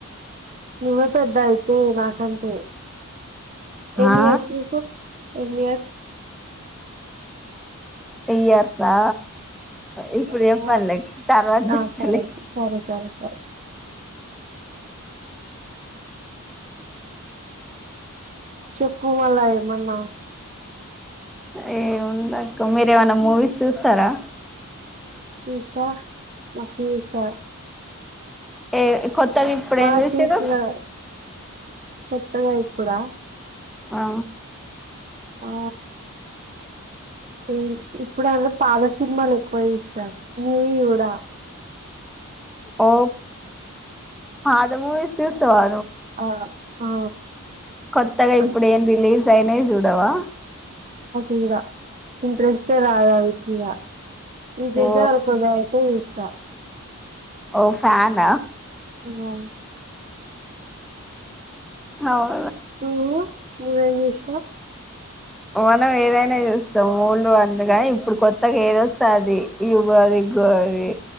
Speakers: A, on the right; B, in the centre.
A: నువ్వే పెద్ద అయితే నాకంటే. ఎన్ని
B: ఆ
A: అస్లుకు ఎన్ని అస్
B: త్రీ ఇయర్స్ ఆ ఇప్పుడు
A: ఆ
B: చెప్పన్లే తర్వాత చెప్తాలే.
A: ఆ సరే సరే సరే సరే చెప్పు మలా ఏమన్నా.
B: ఏం ఉందక్క మీరేమన్నా మూవీస్ చూస్తారా.
A: చూస్తా మస్త్ చూస్తా.
B: ఏ కొత్తగా ఇప్పుడు
A: మా
B: ఏం చూసిర్రు
A: కిప్పుడా కొత్తగా ఇప్పుడా.
B: ఆ
A: ఆ ఇ ఇప్పుడు అల్ల పాత సినిమాలు ఉపయోగిస్తా న్యూవి చూడా.
B: ఓ పాత మూవీస్. చూస్తావా
A: ఆ ఆ
B: కొత్తగా
A: అంతే
B: ఇప్పుడు ఏం రిలీజ్ అయినయి జూడవా
A: ఇంగ ఇంట్రెస్టే రాలా ఇగ విజయ్
B: ఓ
A: దేవరకొండవయితే జూస్తా
B: ఓ ఫ్యాన
A: అవును
B: అవు
A: ఓ నువ్వేం జెస్తున్నావ్
B: మనం ఏదైనా జూస్తాం ఓల్డ్ అందుగాని ఇప్పుడు కొత్తగా ఏదొస్తుా అది యు బార గరి